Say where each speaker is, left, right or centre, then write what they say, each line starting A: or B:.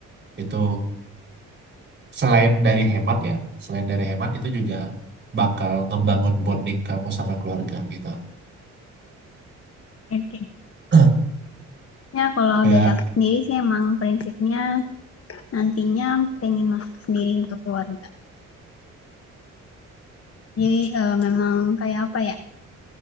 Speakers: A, on the right; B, on the left.
A: Itu selain dari hemat ya, selain dari hemat itu juga bakal ngebangun bonding kamu sama keluarga gitu.
B: Oke.
A: <clears throat>
B: Ya, kalau
A: Kayak
B: dari aku sendiri sih emang prinsipnya nantinya pengen masak sendiri untuk keluarga. Jadi eh, memang kayak apa ya?